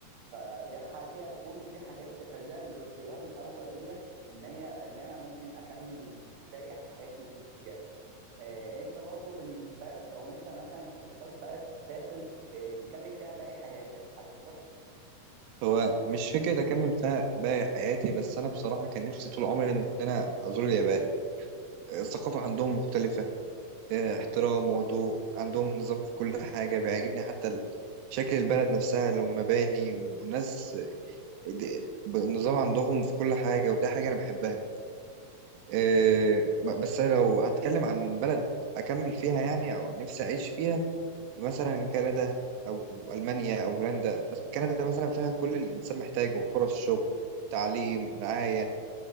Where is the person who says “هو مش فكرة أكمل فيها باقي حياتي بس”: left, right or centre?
Right